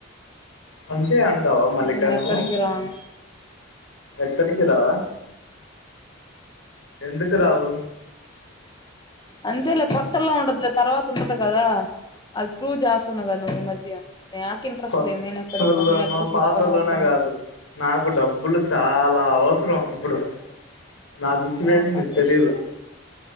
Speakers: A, on the left (about 85°); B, on the left (about 20°).
A: అంతే అంటావా మల్లికా
B: నేను
A: నువ్వు?
B: ఎక్కడికి రాను
A: ఎక్కడికి రావా? ఎందుకు రావు?
B: అంతేలే కొత్తల్లో ఉంటదిలే. తర్వాత ఉండదు కదా! అది ప్రూ చేస్తన్నావు కదా నువ్వు ఈ మధ్య. న్యాకు ఇంట్రెస్ట్
A: కొత్తోళ్ళనో
B: లే. నేను ఎక్కడికి రాను. నన్నెక్కడికి
A: పాతోళ్ళనో
B: తీస్కొనవస్రం
A: కాదు
B: లే.
A: నాకు డబ్బులు చాల అవసరం ఇప్పుడు. నా సిచ్యువేషన్
B: ఏమన్నా
A: నీకు
B: చేసుకో
A: తెలీదు.